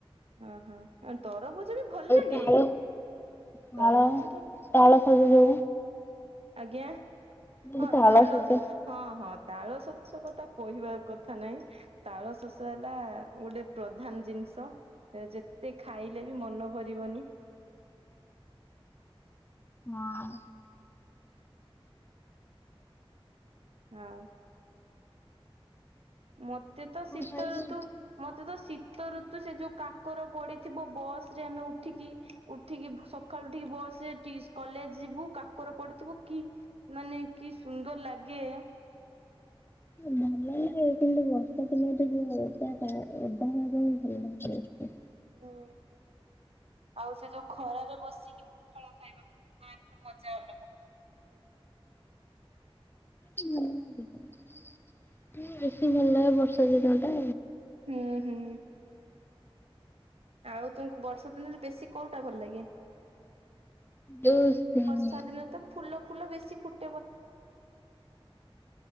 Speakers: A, on the right; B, on the left.
A: ହଁ ହଁ। ତରଭୁଜ ବି ଭଲ ଲାଗେ।
B: ତାଳ ତାଳ
A: ତରଭୁଜ ଟା ବି-
B: ତାଳ ସଜ ଯୋଉ
A: ଆଜ୍ଞା
B: ବୋଲି
A: ହଁ ତାଳ
B: ସଜ
A: ହଁ ହଁ ତାଳ ସ- ଶସ କଥା କହିବା କଥା ନାଇଁ ତାଳ ଶସ ହେଲା ଗୋଟେ ପ୍ରଧାନ ଜିନିଷ। ଯେତେ ଖାଇଲେ ବି ମନ ଭରିବନି।
B: ହଁ।
A: ଆଉ ମୋତେ ତ ଶୀତ
B: ଖାଇଛୁ
A: ଋତୁ ମୋତେ ତ ଶୀତ ଋତୁ ସେ ଯୋଉ କା- ର ପଡିଥିବ ବସରେ ଆମେ ଉଠିକି ଉଠିକି ସକାଳୁ ଉଠିକି ବସରେ କଲେଜ। ଯିବୁ କାକର ପଡିଥିବ କି ମାନେ କି ସୁନ୍ଦର ଲାଗେ।
B: ଭଲ ଲାଗେ କିନ୍ତୁ ବର୍ଷା ଦିନଟା ଯ ଓଦାଟା ଓଦା <unintelligible>
A: ହୁଁ। ଆଉ ସେ ଯୋଉ ଖରାରେ ବସିକି ପଖାଳ ଖାଇବା ତା ତ ମଜା ଅଲଗା।
B: ହଁ ହୁଁ ବେଶୀ ଭଲ ଲାଗେ ବର୍ଷା ଦିନ ଟା।
A: ହୁଁ ହୁଁ। ଆଉ ତମକୁ ବର୍ଷା ଦିନରେ ବେଶୀ କୋଉଟା ଭଲ ଲାଗେ?
B: ଯୋଉ ହଁ
A: ବର୍ଷା ଦିନେ ତ ଫୁଲ ଫୁଲ ବେଶୀ ଫୁଟ